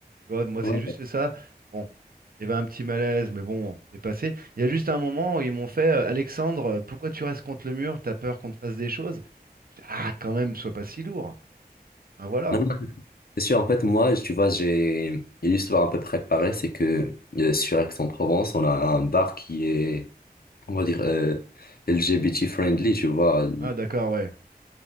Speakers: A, on the right; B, on the left.
A: Tu vois, moi,
B: Ouais.
A: c'est juste ça. Bon, il y avait un petit malaise, mais bon, c'est passé. Il y a juste un moment où ils m'ont fait, euh, Alexandre, euh, pourquoi tu restes contre le mur? T'as peur qu'on te fasse des choses? J'étais, Ah, quand même, sois pas si lourd. Hein, voilà.
B: Non, non, c'est sûr. En fait, moi, tu vois, j'ai une histoire à peu près pareille C'est que euh, sur Aix-en-Provence, on a un bar qui est, on va dire, euh, LGBT friendly, tu vois.
A: Ah, d'accord, ouais.